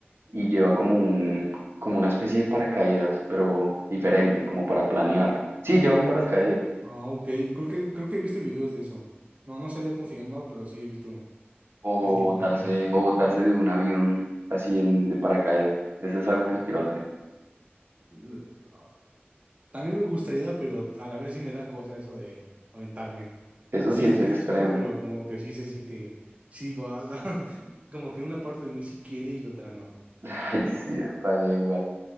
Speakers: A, on the right (about 65°); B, on the right (about 30°).
A: y lleva como un, como una especie de paracaídas, pero diferente, como para planear. Sí, lleva un paracaídas,
B: Ah, ok, creo que, creo que he visto videos de eso. No, no sabía cómo se llamaba, pero sí he visto
A: o
B: ese tipo
A: botarse,
B: de videos.
A: o botarse de un avión así en, de paracaídas, eso es algo que quiero hacer.
B: Eh, ah, También me gustaría, pero a la vez sí me da cosa eso de aventarme.
A: Eso
B: Sí,
A: sí
B: estoy
A: es extremo.
B: chido, pero como que sí se siente, sí digo, "Ala", <laughs> como que una parte de mí sí quiere y otra no.
A: <laughs> Ay, sí, me pasa igual.